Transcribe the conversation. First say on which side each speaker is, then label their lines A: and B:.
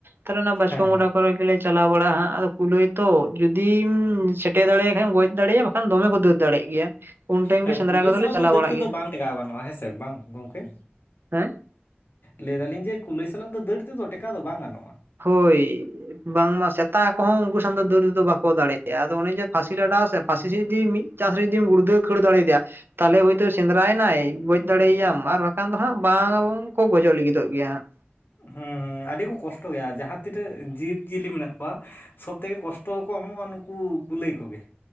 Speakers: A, on the right; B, on the left.
A: ᱛᱟᱦᱚᱞᱮ ᱚᱱᱟ ᱵᱟᱪᱠᱚᱢ
B: ᱦᱮᱸ ᱦᱮᱸ
A: ᱜᱚᱰᱟ ᱠᱚᱨᱮ ᱜᱮᱞᱮ ᱪᱟᱞᱟᱣ ᱵᱟᱲᱟᱜᱼᱟ ᱦᱟᱸᱜ ᱟᱫᱚ ᱠᱩᱞᱟᱹᱭ ᱛᱚ ᱡᱩᱫᱤᱢ ᱥᱮᱴᱮᱨ ᱫᱟᱲᱮᱭᱟᱭ ᱠᱷᱟᱱᱮᱢ ᱜᱚᱡ ᱫᱟᱲᱮᱭᱟᱜᱼᱟ ᱵᱟᱠᱷᱟᱱ ᱠᱦᱟᱱ ᱫᱚᱢᱮ ᱠᱚ ᱫᱟᱹᱲ ᱫᱟᱲᱮᱭᱟᱜ ᱜᱮᱭᱟ ᱩᱱ ᱴᱟᱭᱤᱢ
B: ᱦᱮᱸ
A: ᱜᱮ ᱥᱮᱸᱫᱽᱨᱟ
B: ᱠᱩᱞᱟᱹᱭ
A: ᱠᱚᱫᱚ
B: ᱥᱟᱞᱟᱜ
A: ᱞᱮ ᱪᱟᱞᱟᱣ
B: ᱫᱚ ᱫᱟᱹᱲ
A: ᱵᱟᱲᱟᱜ
B: ᱛᱮᱫᱚ
A: ᱜᱮᱭᱟ᱾
B: ᱵᱟᱝ ᱴᱮᱠᱟᱣ ᱜᱟᱱᱚᱜᱼᱟ ᱦᱮᱸ ᱥᱮ‌ ᱵᱟᱝ ᱜᱚᱝᱠᱮ?
A: ᱦᱮᱸ?
B: ᱞᱟᱹᱭ ᱫᱟᱞᱤᱧ ᱡᱮ ᱠᱩᱞᱟᱹᱭ ᱥᱟᱞᱟᱜ ᱫᱚ ᱫᱟᱹᱲ ᱛᱮᱫᱚ ᱴᱮᱠᱟᱣ ᱫᱚ ᱵᱟᱝ ᱜᱟᱱᱚᱜᱼᱟ᱾
A: ᱦᱳᱭ ᱵᱟᱝᱢᱟ ᱥᱮᱛᱟ ᱠᱚᱦᱚᱸ ᱩᱱᱠᱩ ᱥᱟᱶ ᱫᱚ ᱫᱟᱹᱲ ᱛᱮᱫᱚ ᱵᱟᱠᱚ ᱫᱟᱲᱮᱭᱟᱜᱼᱟ ᱟᱫᱚ ᱚᱱᱮ ᱡᱮ ᱯᱷᱟᱥᱤ ᱞᱮ ᱚᱞᱰᱟᱟᱣ ᱥᱮ ᱯᱷᱟᱥᱤ ᱡᱩᱫᱤ ᱢᱤᱫ ᱪᱟᱥ ᱨᱮ ᱡᱩᱫᱤᱢ ᱜᱩᱲᱫᱟᱹ ᱠᱷᱟᱹᱲ ᱫᱟᱲᱮ ᱭᱟᱫᱮᱭᱟ ᱛᱟᱞᱚᱞᱮ ᱦᱳᱭᱛᱳ ᱥᱮᱸᱫᱽᱨᱟᱭᱮᱱᱟᱭ ᱜᱚᱡ ᱫᱟᱲᱮᱭᱟᱭᱟᱢ ᱟᱨ ᱵᱟᱠᱷᱟᱱ ᱫᱚ ᱦᱟᱸᱜ ᱵᱟᱝ ᱠᱚ ᱜᱚᱡᱚᱜ ᱞᱟᱹᱜᱤᱫᱚᱜ ᱜᱮᱭᱟ ᱦᱟᱸᱜ᱾
B: ᱦᱩᱸ ᱦᱩᱸ ᱟᱹᱰᱤ ᱠᱚ ᱠᱚᱥᱴᱚ ᱜᱮᱭᱟ ᱡᱟᱦᱟᱸ ᱛᱤᱱᱟᱹᱜ ᱡᱤᱵᱽᱡᱤᱭᱟᱹᱞᱤ ᱢᱮᱱᱟᱜ ᱠᱚᱣᱟ ᱥᱚᱵᱛᱷᱮᱠᱮ ᱠᱚᱥᱴᱚ ᱠᱚ ᱮᱢᱚᱜᱼᱟ ᱱᱩᱠᱩ ᱠᱩᱞᱟᱹᱭ ᱠᱚᱜᱮ᱾